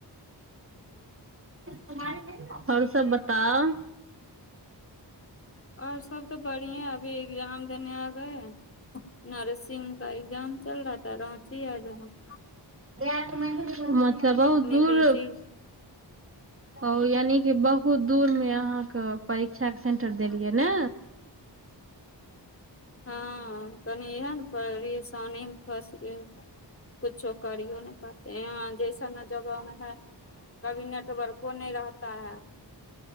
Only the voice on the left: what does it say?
आओर सभ तऽ बढ़िएँ अभी एग्जाम देने आबै हइ नरसिंह का एग्जाम चल रहा त रहहुची आ ज <inaudible>
बिजी
हँ तनी इहे ने परेशानी फस गेल कुछो करियो ने पड़तै यहाँ जैसन जगहमे है कभी नेटवर्को नहि रहता है